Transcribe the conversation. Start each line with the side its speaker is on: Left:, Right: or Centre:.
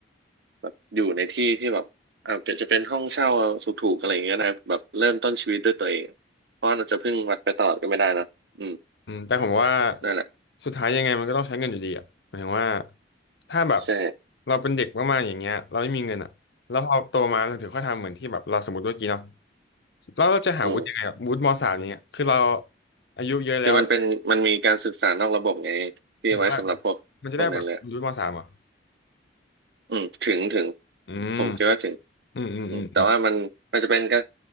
Right: แบบอยู่ในที่ที่แบบอาจจะจะเป็นห้องเช่าถูกๆอะไรอย่างเงี้ยนะแบบเริ่มต้นชีวิตด้วยตัวเองเพราะเราจะพึ่งวัดไปตลอดก็ไม่ได้นอะอืม
Left: อืมแต่ผมว่า
Right: นั่นแหละ
Left: สุดท้ายยังไงมันก็ต้องใช้เงินอยู่ดีอ่ะหมายถึงว่าถ้าแบบ
Right: ใช่
Left: เราเป็นเด็กมากๆอย่างเงี้ยเราไม่มีเงินอ่ะแล้วพอโตมาเราถึงค่อยทำเหมือนที่แบบเราสมมติเมื่อกี้เนาะแล้วเราจะหาวุฒิยังไงอะวุฒิมสามอย่างเงี้ยคือเรา
Right: อืม
Left: อายุเยอะแล้ว
Right: คือมันเป็นมันมีการศึกษานอกระบบไงที่ไว้สำหรับพวกคนนั้นเลยอ
Left: หมายถึงว่ามันจะได้แบบวุฒิมสามเหรอ่ะ
Right: อืมถึงถึง
Left: อืม
Right: ผมคิดว่าถึง
Left: อืมอืมอืมอืม
Right: อืมแต่ว่ามันมันจะเป็นก็